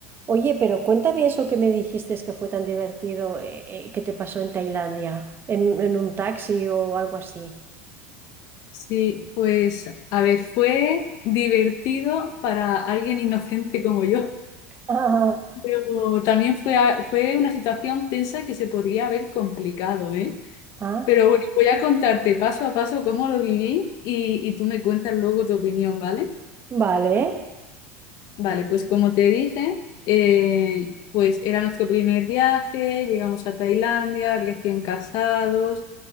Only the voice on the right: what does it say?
Oye, pero cuéntame eso que me dijiste que fue tan divertido, eh, eh, que te pasó en Tailandia, en, en un taxi o algo así.
Ah,
Ah,
vale,